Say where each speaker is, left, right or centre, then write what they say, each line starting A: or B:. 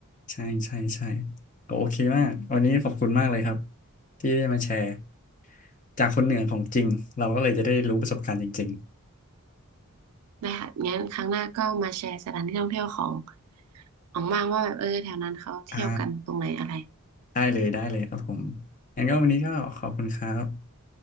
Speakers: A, on the left; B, on the right.
A: ใช่ใช่ใช่ก็โอเคมากวันนี้ขอบคุณมากเลยครับที่ได้มาแชร์จากคนเหนือของจริงเราก็เลยจะได้รู้ประสบการณ์จริง
B: ได้ค่ะงั้นครั้งหน้าก็มาแชร์สถานที่ท่องเที่ยวของของบ้างว่าแบบเออแถวนั้นเขาเที่ยวกันตรงไหนอะไร
A: ๆอ่าได้เลยได้เลยครับผมงั้นก็วันนี้ก็ขอบคุณครับ